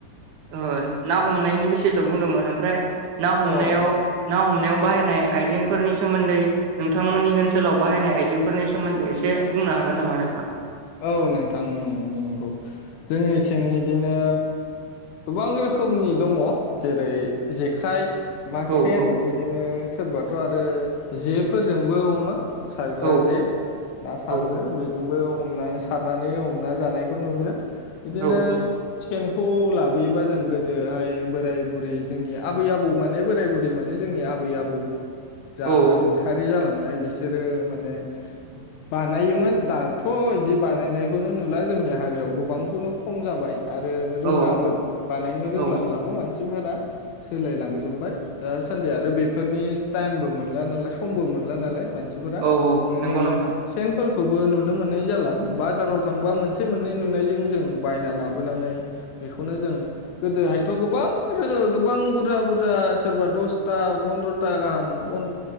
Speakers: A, on the right; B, on the left.
A: ओ ना हमनायनि बिसयथ बुंदोंमोन ओमफ्राय ना हमनायाव
B: औ
A: ना हमनायाव बाहायनाय आइजेंफोरनि सोमोन्दै नोंथांमोननि ओन्सोलाव बाहायनाय आइजेंफोरनि सोमोन्दै एसे बुंनो हागोन नामा नोंथां?
B: औ नोंथां नंगौ जोंनिथिं इदिनो गोबां रोखोमनि दङ जेरै जेखाइ मा सेन
A: औ औ
B: बिदिनो सोरबाथ' आरो जिब फोरजोंबो हमो सारग्रा
A: औ
B: जे ना सारगो
A: औ
B: बेजोंबो हमनानै सारनानै हमना जानायखौ नुयो बिदिनो
A: औ
B: सेनखौ लाबोयो बा जों गोदोहाय बोराय बुरै जोंनि आबै आबौ माने बोराय बुरै माने जोंनि आबै आबौ जा
A: औ
B: रुंसारि जालां बाय बिसोरो माने बानायोमोन दा थ' इदि बानायनाइ खौनो नुला जोंनि हारियाव गोबांखौनो खम जाबाय आरो रोङाबो
A: औ
B: बानायनो रोंलांलाबो
A: औ
B: मानसिफोरा सोलाय लांजोबबाय दा सानदि आरो बेफोरनि टाइमबो मोनला नालाय समबो मोनला नालाय मानसि सिफोरा
A: औ औ
B: ओरैनो
A: नंगौ नोंथां
B: सेनफोर खौबो नुनो मोन नाय जाला बाजाराव थांबा मोनसे मोननै नुनायजों जों बायना लाबोनानै बेखौनो जों गोदोहायथ' गोबां बुरजा बुरजा सोरबा दसथा पनद्रथा गाहाम पन